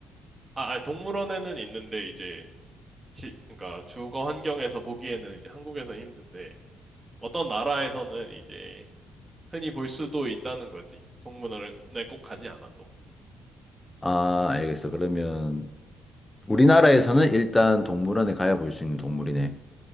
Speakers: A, on the right (about 20°); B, on the left (about 15°).
A: 아, 아니, 동물원에는 있는데 이제 지, 그러니까 주거 환경에서 보기에는 이제 한국에서는 힘든데 어떤 나라에서는 이제 흔히 볼 수도 있다는 거지. 동물원에 꼭 가지 않아도.
B: 아, 알겠어. 그러면 우리나라에서는 일단 동물원에 가야 볼 수 있는 동물이네.